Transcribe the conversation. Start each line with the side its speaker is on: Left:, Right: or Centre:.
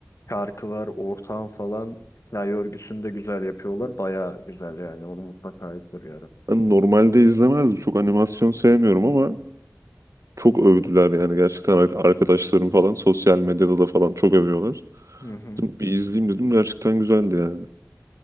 Left: şarkılar, ortam falan hikaye örgüsünü de güzel yapıyorlar. Baya güzel yani. Onu mutlaka izle bir ara.
Right: Ben normalde izlemezdim. Çok animasyon sevmiyorum ama çok övdüler yani gerçekten ar- arkadaşlarım falan sosyal medyada da falan çok övüyorlar.
Left: Hı hı.
Right: Dedim, Bir izleyeyim dedim gerçekten güzeldi yani.